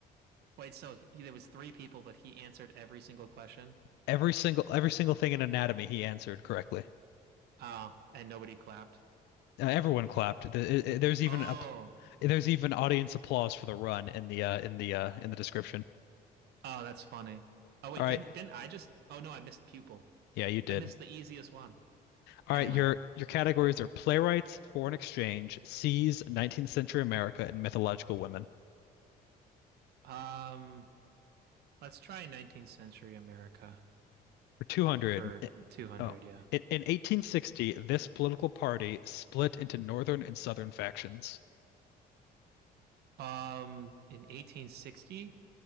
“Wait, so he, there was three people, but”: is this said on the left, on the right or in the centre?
Right